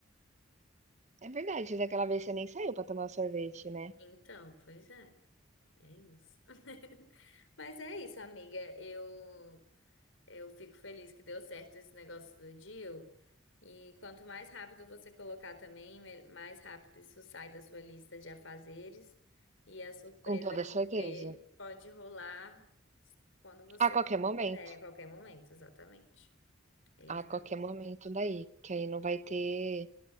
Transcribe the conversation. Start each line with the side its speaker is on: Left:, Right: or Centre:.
Right: É verdade, daquela vez você nem saiu pra tomar sorvete, né?
Left: Então, pois é. É isso. <laughs> Mas é isso, amiga. Eu Eu fico feliz que deu certo esse negócio do deal. E quanto mais rápido você colocar também, me- mais rápido isso sai da sua lista de afazeres. E a surpresa
Right: Com toda
Left: com
Right: certeza.
Left: você pode rolar quando você
Right: A qualquer momento.
Left: quiser, em qualquer momento, exatamente. Exato.
Right: A qualquer momento daí. Que aí não vai ter